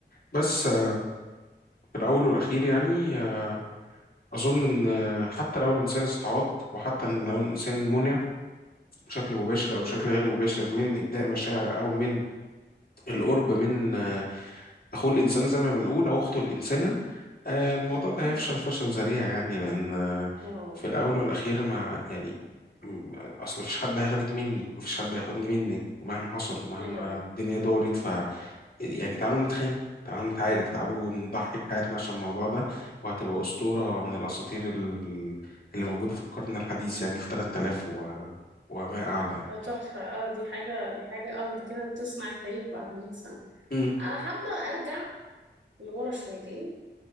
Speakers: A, on the left (about 55°); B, on the right (about 80°).
A: بس آه، في الأول والأخير يعني آه، أظن إن آه، حتى لو الإنسان استعاض وحتى إن لو الإنسان منع بشكل مباشر
B: مهم.
A: أو بشكل غير مباشر من إبداء مشاعر أو من القرب من آه، أخوه الإنسان زي ما بنقول أو أخته الإنسانة آه، الموضوع
B: <laughs>
A: ده هيفشل فشل ذريع يعني لأن آه،
B: اه
A: في الأول والأخير ما يعني م- أصل مفيش حد هياخدك مني مفيش حد هياخدني منك مهما حصل مهما
B: ايوه ايوه
A: الدنيا دورت ف يعني تعالوا نتخانق تعالوا نتعارك تعالوا نضحي بحياتنا عشان الموضوع ده وهتبقى أسطورة من الأساطير ال- اللي موجودة في القرن الحديث يعني في 3000 و... وما أعلى يعني
B: لا، تحفة اه دي حاجة دي حاجة اه انت كده بتصنع التاريخ بعد 100 سنة
A: مم.
B: انا حابة ارجع لورا شويتين